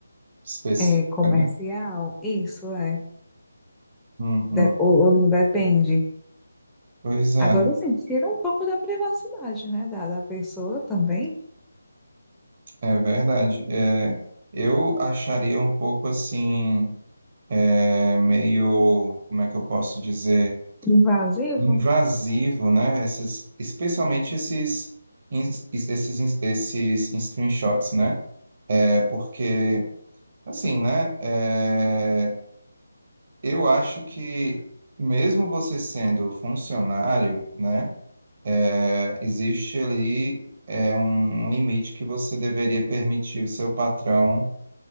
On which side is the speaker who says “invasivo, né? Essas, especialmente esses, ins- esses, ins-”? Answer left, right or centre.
Right